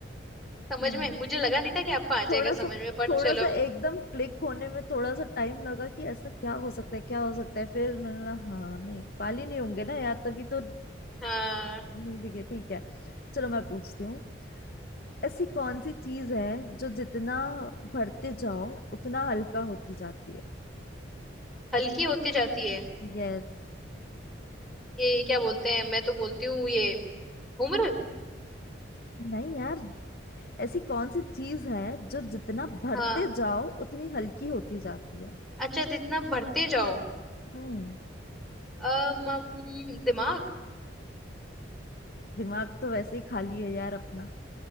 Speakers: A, in the centre; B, on the left.
A: समझ
B: नहीं
A: में
B: नहीं
A: मुझे लगा नहीं था कि आपको आ जाएगा
B: थोड़ा सा
A: समझ में बट
B: थोड़ा
A: चलो
B: सा एकदम क्लिक होने में थोड़ा सा टाइम लगा कि ऐसा क्या हो सकता है क्या हो सकता है फिर मैंने बोला हाँ नहीं बाल ही नहीं होंगे ना यार तभी तो
A: हाँ
B: नहीं बिके ठीक है चलो मैं पूछती हूँ ऐसी कौन सी चीज है जो जितना भरते जाओ उतना हल्का होती जाती है
A: हल्की होती जाती है
B: यस
A: ये क्या बोलते हैं मैं तो बोलती हूँ ये उम्र
B: नहीं यार ऐसी कौन सी चीज है जो जितना भरते
A: हाँ
B: जाओ उतनी हल्की होती जाती है
A: अच्छा जितना भरते जाओ
B: हम्म
A: अ, मम, दिमाग
B: दिमाग तो वैसे ही खाली है यार अपना